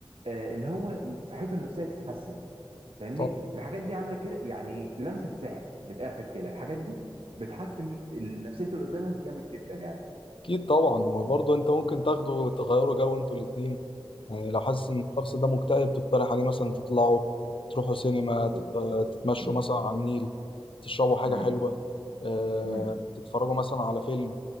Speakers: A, on the right (about 80°); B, on the left (about 65°).
A: آه ان هو ي- صحته النفسيه تتحسن فاهمني
B: طب
A: الحاجات دي عامله كده يعني لمسه سحر من الاخر كده الحاجات دي بتحسن نفسيه اللي قدامك جامد جدا يعني
B: اكيد طبعا وبرضه انت ممكن تاخده تغيروا جو انتوا الاتنين يعني لو حاسس ان الشخص ده مكتئب تقترح عليه مثلا تطلعوا تروحوا سينما
A: بالظبط
B: تت- تتمشوا
A: م.
B: مثلا على النيل تشربوا حاجة
A: م.
B: حلوة آه،
A: امم
B: تتفرجوا مثلا على فيلم